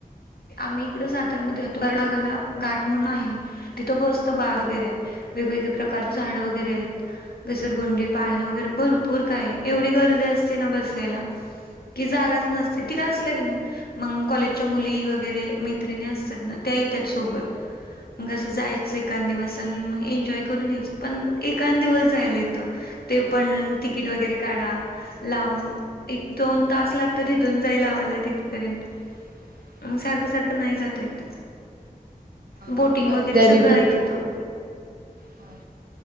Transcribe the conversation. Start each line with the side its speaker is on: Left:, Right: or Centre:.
Left: आम्ही इकडं सातारमध्ये <unintelligible> घाट म्हणून आहे, तिथं बसतो बाळ वगैरे. वेगवेगळे प्रकारचे झाड वगैरे आहेत, घसरगुंडी पाळणे वगैरे भरपूर काय एवढी गर दी असती ना बसायला, की जागा नसते ती काय असलं की नाय मग कॉलेजच्या मुली व गरे, मैत्रिणी असतात ना त्या येतात सोबत. मग असं जायचं एकान दिवस आणि मग एन्जॉय करून यायचं पण एकान दिवस जायला येतं. ते पण तिकीट वगैरे काढा, लांब एक दोन तास लागतेत इथून जायला. मला तिथपर्यंत.
Right: <inaudible>
Left: मग सारखं सारखं नाही जाता येत. बोटिंग
Right: म्हणजे कधीतरी
Left: वगैरे सगळं
Right: ठीक
Left: आहे तिथं.
Right: हा